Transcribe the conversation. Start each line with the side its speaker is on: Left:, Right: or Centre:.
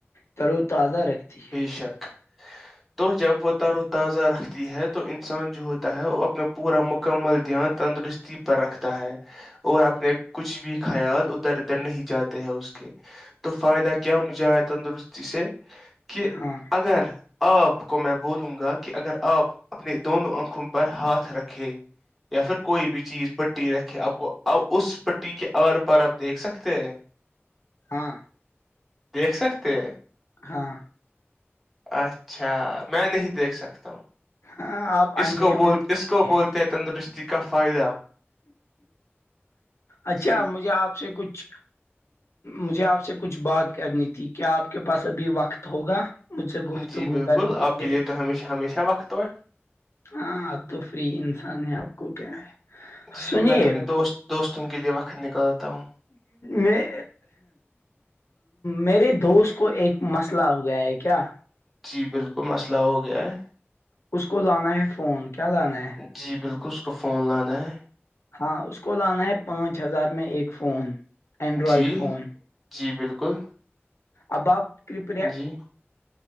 Left: ترو تازہ رکھتی ہے
Centre: بے شک تو جب وہ تر و تازہ رکھتی ہے تو تو انسان جو ہوتا ہے وہ اپنا پورا مکمل دھیان تندرستی پر رکھتا ہے اور اپنے کچھ بھی خیال اتر اتر نہیں جاتے ہیں اس کے تو فائدہ ک ہم جائے تندرستی سے کہ
Left: ہاں
Centre: اگر آپ کو میں بولوں گا کہ اگر آپ اپنے دونوں آنکھوں پر ہاتھ رکھے یا پھر کوئی بھی چیز پٹی رکھے آپ کو آ اس پٹی کے آر پر آپ دیکھ سکتے ہیں
Left: ہاں
Centre: دیکھ سکتے
Left: ہاں
Centre: اچھا میں نہیں دیکھ سکتا ہوں
Left: ہاں آپ
Centre: اس
Left: اندھے
Centre: کو
Left: ہونے
Centre: بول اس کو بولتے ہیں تندرستی کا فائدہ
Left: اچھا
Centre: جی
Left: مجھے آپ سے کچھ مجھے آپ سے کچھ بات کرنی تھی کیا آپ کے پاس ابھی وقت ہوگا مجھے گفتگو
Centre: جی بالکل
Left: کرنے کے
Centre: آپ
Left: لیے
Centre: تو ہمیشہ ہمیشہ وقت ہو
Left: ہاں اب تو فری انسان ہے آپ کو کیا ہے
Centre: جی
Left: سنیے
Centre: میں تو اپنے دوست دوستوں کے لیے وقت نکالتا ہوں
Left: میں میرے دوست کو ایک مسئلہ ہو گیا ہے کیا
Centre: جی بالکل مسئلہ ہو گیا ہے
Left: اس کو لانا ہے فون کیا لانا ہے
Centre: جی بالکل اس کو فون لانا ہے
Left: ہاں اس کو لانا ہے پانچ ہزار میں ایک فون اینڈرائڈ
Centre: جی
Left: فون
Centre: جی بالکل
Left: ابااب کپنے
Centre: جی